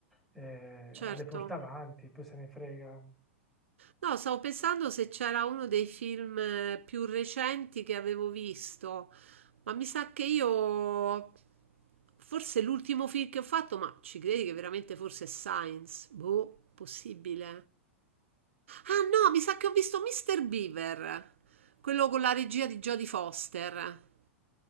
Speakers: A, in the centre; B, on the right.
A: eh,
B: certo.
A: le porta avanti, poi se ne frega.
B: No, stavo pensando se c'era uno dei film eh, più recenti che avevo visto, ma mi sa che io, forse l'ultimo film che ho fatto, ma ci credi che veramente forse è Science? Boh, possibile. Ah no, mi sa che ho visto Mr. Beaver, quello con la regia di Jodie Foster.